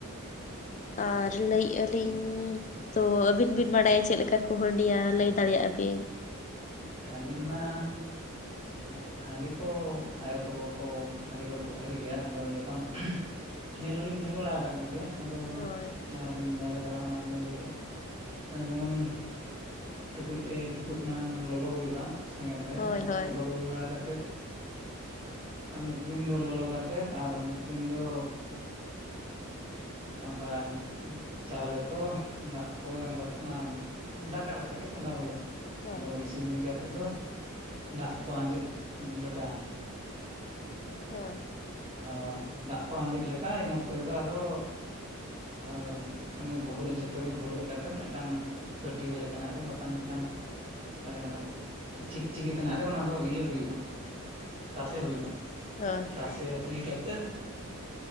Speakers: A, on the left; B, on the right.
A: ᱟᱨ ᱞᱟᱹᱭᱮᱜ-ᱟ ᱞᱤᱧ ᱛᱚ ᱟᱹᱵᱤᱱ ᱵᱤᱱ ᱵᱟᱲᱟᱭᱟ ᱪᱮᱫ ᱞᱮᱠᱟ ᱠᱚ ᱦᱟᱹᱰᱤᱭᱟ ᱞᱟᱹᱭ ᱫᱟᱲᱮᱭᱟᱜᱼᱟ ᱵᱤᱱ?
B: ᱟᱹᱞᱤᱧ ᱢᱟ, ᱦᱟᱜ ᱦᱟᱺᱰᱤ ᱠᱚ ᱟᱭᱳ ᱛᱟᱠᱚ ᱠᱚ ᱦᱟᱺᱰᱤ ᱠᱚᱠᱚ ᱦᱟᱹᱨ ᱜᱮᱭᱟ ᱟᱫᱚ ᱡᱚᱠᱷᱚᱱ ᱧᱮᱞ ᱦᱚᱸᱞᱤᱧ ᱧᱮᱞ ᱵᱟᱲᱟ ᱠᱟᱜ ᱠᱚᱜᱮᱭᱟ ᱟᱫᱚ,
A: ᱦᱳᱭ
B: ᱡᱟᱦᱟᱸᱞᱤᱧ ᱧᱮᱞ ᱟᱠᱟᱫᱟ ᱚᱱᱟ ᱜᱮᱞᱤᱧ ᱞᱟᱹᱭᱮᱜᱼᱟ᱾ ᱡᱮᱢᱚᱱ ᱴᱩᱠᱩᱡ ᱨᱮ ᱴᱩᱠᱩᱡ ᱢᱟᱲᱟᱝ ᱞᱚᱞᱚ ᱦᱩᱭᱩᱜᱼᱟ ᱥᱮᱸᱜᱮᱞ ᱨᱮ
A: ᱦᱳᱭ
B: ᱟᱫᱚ
A: ᱦᱳᱭ
B: ᱞᱚᱞᱚ ᱦᱩᱭ ᱵᱟᱲᱟ ᱠᱟᱛᱮᱫ ᱟ ᱢᱤᱫ ᱫᱤᱱ ᱫᱚ ᱞᱚᱞᱚ ᱠᱟᱛᱮᱫ ᱟᱨ ᱢᱤᱫ ᱫᱤᱱ ᱫᱚ ᱚᱱᱠᱟ ᱪᱟᱣᱞᱮ ᱠᱚ ᱫᱟᱜ ᱠᱚ ᱮᱢ ᱠᱟᱛᱮᱫ ᱱᱟ ᱫᱟᱠᱟ ᱞᱮᱠᱟ ᱜᱮ ᱪᱚᱸᱫᱟ ᱦᱳᱭᱳᱜᱼᱟ,
A: ᱦᱳᱭ
B: ᱟᱫᱚ ᱤᱥᱤ ᱥᱤᱱ ᱦᱩᱭ ᱠᱟᱛᱮᱫ ᱫᱚ ᱫᱟᱜ ᱠᱚ ᱟᱸᱡᱮᱫ ᱞᱮᱠᱟ,
A: ᱦᱳᱭ᱾
B: ᱚ ᱫᱟᱜ ᱠᱚ ᱟᱸᱡᱮᱫ ᱞᱮᱠᱟ ᱤᱱᱟᱹ ᱯᱚᱨᱮ ᱫᱚ ᱟᱫᱚ ᱚ ᱢᱟᱱᱮ ᱵᱚᱦᱩᱨᱮ ᱡᱷᱚᱛᱚ ᱜᱮ ᱵᱷᱩᱨᱟᱹᱜ ᱠᱟᱛᱮᱫ ᱢᱤᱫᱴᱟᱝ ᱯᱟᱹᱴᱭᱟᱹ ᱞᱮᱠᱟᱱᱟᱜ ᱨᱮ ᱵᱟᱠᱷᱟᱱ ᱢᱤᱫᱴᱟᱝ ᱟᱜ ᱪᱤᱠᱪᱤᱠᱤ ᱛᱮᱱᱟᱜ ᱨᱮ ᱚᱱᱟ ᱫᱚ ᱤᱭᱟᱹ ᱦᱩᱭᱩᱜᱼᱟ, ᱛᱟᱥᱮ ᱦᱩᱭᱩᱜᱼᱟ᱾
A: ᱦᱳᱭ
B: ᱛᱟᱥᱮ ᱦᱩᱭ ᱠᱟᱛᱮᱫ,